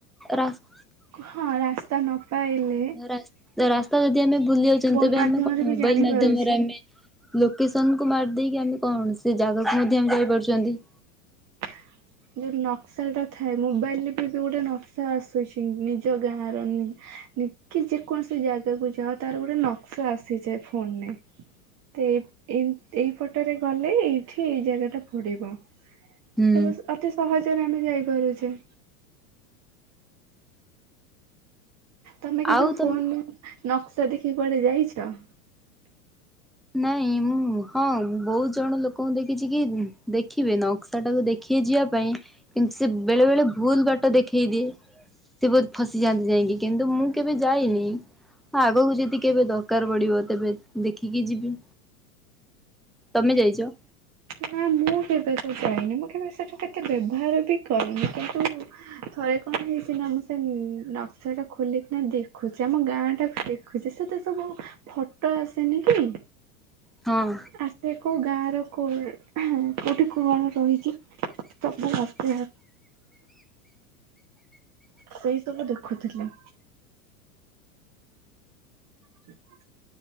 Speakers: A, in the centre; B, on the right.
A: ରାସ୍
B: ହଁ ରାସ୍ତା ନ ପାଇଲେ
A: ରାସ୍-ରାସ୍ତା ଯଦି ଆମେ ଭୁଲି ଯାଉଛନ୍ତି,
B: ଫୋନ
A: ତେବେ
B: ମାଧ୍ୟମରେ
A: ଆମେ କଣ ମୋବାଇଲ
B: ବି ଜାଣିପାରୁଛି।
A: ମାଧ୍ୟମରେ ଆମେ ଲୋକେସନ୍ କୁ ମାରିଦେଇକି ଆମେ କଣ ସେ ଜାଗାକୁ ମଧ୍ୟ ଆମେ ଯାଇପାରୁଛନ୍ତି।
B: ହ ଯୋଉ ନକ୍ସା ଟା ଥାଏ। ମୋବାଇଲରେ ବି ଏବେ ଗୋଟେ ନକ୍ସା ଆସୁଛି ନିଜ ଗାଁର ନି କି ଯେ କୌଣସି ଜାଗାକୁ ଯାଅ ତାର ଗୋଟେ ନକ୍ସା ଆସିଯାଏ ଫୋନରେ। ତେ ଏଇ-ଏଇପଟରେ ଗଲେ ଏଇଠି ଏଇ ଜାଗାଟା ପଡ଼ିବ।
A: ହୁଁ
B: ତ ବେଶ୍ ଅତି ସହଜରେ ଆମେ ଯାଇପାରୁଛେ। ତମେ କେବେ
A: ଆଉ
B: ଫୋନ
A: ତମେ
B: ନକ୍ସା ଦେଖିକି କୁଆଡେ ଯାଇଛ?
A: ନାଇଁ ମୁଁ ହଁ ବହୁତ ଜଣ ଲୋକଙ୍କୁ ଦେଖିଛି କି ଦେଖିବେ ନକ୍ସା ଟାକୁ ଦେଖ୍ ଖି ଯିବା ପାଇଁ କିନ୍ତୁ ସେ ବେଳେ ବେଳେ ଭୁଲ ବାଟ ଦେଖେଇ ଦିଏ। ସେ ବହୁତ ଫସିଯାଆନ୍ତି ଯାଇକି। କିନ୍ତୁ ମୁଁ କେବେ ଯାଇନି। ହ ଆଗକୁ ଯଦି କେବେ ଦରକାର ପଡିବ, ତେବେ ଦେଖି ଖୀକି ଯିବି। ତମେ ଯାଇଛ?
B: ନା ମୁଁ କେବେ ତ ଯାଇନି। ମୁଁ କେବେ ସେଠୁ କେତେ ବ୍ୟବହାର ବି କରେନି, କିନ୍ତୁ ଥରେ କଣ ହେଇଛି ନା, ମୁଁ ସେ ନକ୍ସା ଟା ଖୋଲିକିନା ଦେଖୁଛି। ଆମ ଗାଁ ଟା ଦେଖୁଛି, ସେତେ ସବୁ ଫଟୋ ଆସେନି କି।
A: ହଁ।
B: ଆସେ କଉଁ ଗାଁ ର କୋ ହଁ କଉଠି କୁଅ ରହିଛି, ସବୁ ଆସେ ସେଇ ସବୁ ଦେଖୁଥିଲି। ସେ <unintelligible>